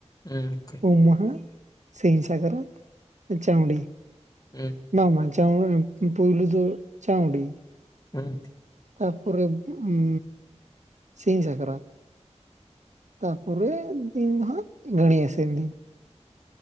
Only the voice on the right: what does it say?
ᱩᱢ ᱢᱟᱦᱟ, ᱥᱤᱧ ᱥᱟᱠᱨᱟᱛ, ᱪᱟᱣᱰᱤ
ᱵᱟᱝ ᱵᱟᱝ ᱪᱟᱣ <unintelligible> ᱯᱩᱭᱞ ᱫᱚ ᱪᱟᱣᱰᱤ,
ᱛᱟᱨ ᱯᱚᱨᱮ ᱩᱸ ᱥᱤᱧ ᱥᱟᱠᱨᱟᱛ, ᱛᱟᱨ ᱯᱚᱨᱮ ᱫᱤᱱ ᱦᱟᱸᱜ ᱜᱟᱹᱲᱤ ᱟᱥᱮᱱ ᱫᱤᱱ